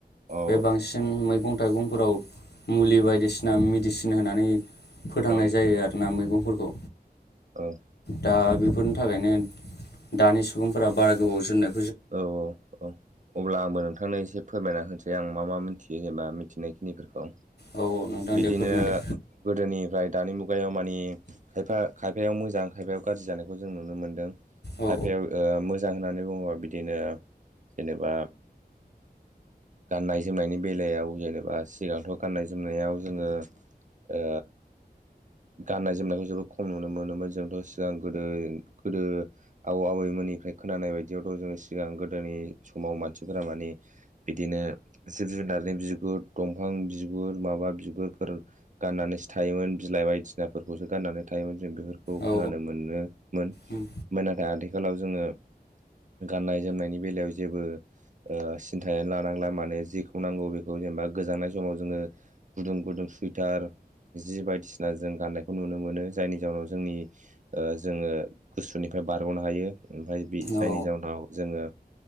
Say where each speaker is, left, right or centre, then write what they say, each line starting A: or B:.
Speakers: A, on the right; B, on the left.
A: औ
B: बे बांसिन मैगं थाइगंफोराव मुलि बायदिसिना मेडिसिन होनानै फोथांनाय
A: औ
B: जायो आरोना मैगंफोरखौ
A: औ
B: दा बेफोरनि थाखायनो दानि सुबुंफोरा बारा गोबाव जोरनाय
A: औ औ औ अब्ला आंबो नोंथांनो एसे फोरमायना होनोसै आं मा मा मिथियो जेनेबा मिथिनायखिनिफोरखौ
B: औ नोंथां
A: बिदिनो
B: दे फोरमायदो
A: गोदोनिफ्राय दानि मुगायाव मानि खायफा खायफायाव मोजां खायफायाव गाज्रि जानायखौ जों नुनो मोनदों
B: औ
A: खायफायाव मोजां होननानै बुङोबा बिदिनो जेनेबा गाननाय जोमनायनि बेलायाव जेनेबा सिगांथ' गाननाय जोमनायाव जोङो ओ गाननाय जोमनायखौ जोबोद खम नुनो मोनोमोन जोंथ' सिगां गोदो गोदो आबौ आबैमोननिफ्राय खोनानाय बायदियावथ' जोङो सिगां गोदोनि समाव मानसिफोरा मानिे बिदिनो जिब जुनारनि बिगुर दंफां बिगुर माबा बि बिगुरफोर गाननानैसो थायोमोन बिलाइ बायदिसिनाफोरखौसो गाननानै थायोमोन जों बेफोरखौ
B: औ
A: खोनानो मोनोमोन
B: उम
A: नाथाय आथिखालाव जोङो गाननाय जोमनायनि बेलायाव जेबो सिन्थायानो लानांला माने जेखौ नांगौ बेखौ जेनेबा गोजांनाय समाव जोङो गुदुं गुदुं सुइटार जि बायदिसिना जों गाननायखौ नुनो मोनो जायनि जाउनाव जोंनि ओ जोङो गुसुनिफ्राय बारगनो हायो ओमफ्राय बि जायनि
B: औ
A: जाहोनाव जोङो